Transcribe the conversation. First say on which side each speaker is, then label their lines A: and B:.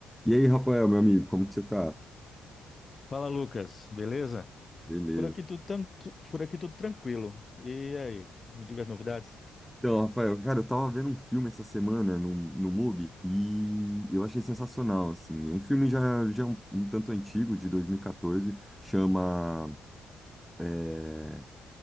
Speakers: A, in the centre; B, on the left.
A: E aí, Rafael, meu amigo, como que você tá?
B: Fala, Lucas, beleza?
A: Beleza.
B: Por aqui tudo tanto, por aqui tudo tranquilo. E aí, me diga as novidades?
A: Então, Rafael, cara, eu tava vendo um filme essa semana no, no MUBI e eu achei sensacional, assim. É Um filme já, já um, um tanto antigo, de 2014, chama eh,